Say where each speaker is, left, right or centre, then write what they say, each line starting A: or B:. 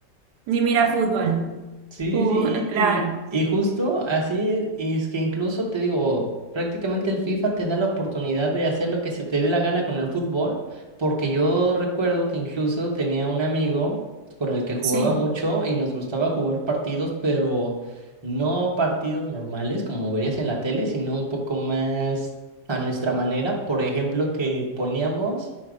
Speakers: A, on the right; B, on the right.
A: ni mira fútbol.
B: Sí,
A: Fu-
B: sí, sí,
A: claro,
B: y y justo así es, y es que incluso te digo, prácticamente el FIFA te da la oportunidad de hacer lo que se te dé la gana con el fútbol, porque yo recuerdo que incluso tenía un amigo con el que jugaba
A: sí.
B: mucho y nos gustaba jugar partidos, pero no partidos normales como verías en la tele, sino un poco más a nuestra manera, por ejemplo, que poníamos